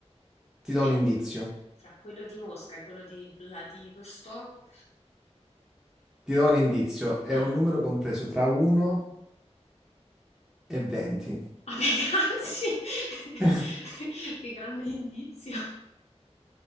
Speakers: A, in the centre; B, on the left.
A: Ti do
B: E
A: un indizio.
B: tra quello di Mosca e quello di Vladivostok,
A: Ti do un indizio. È
B: ah.
A: un numero compreso tra 1 e 20.
B: Ah beh, grazie. <laughs>
A: <laughs>
B: Che grande indizio.